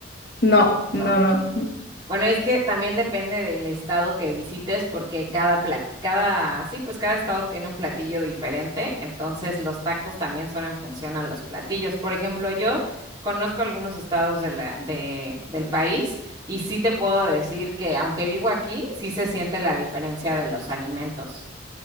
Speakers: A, on the left; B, on the right.
A: No,
B: No.
A: no, no.
B: Bueno, es que también depende del estado que visites, porque cada plat- cada, sí, pues cada estado tiene un platillo diferente. Entonces, los tacos también son en función a los platillos. Por ejemplo, yo conozco algunos estados de la, de, del país y sí te puedo decir que, aunque vivo aquí, sí se siente la diferencia de los alimentos.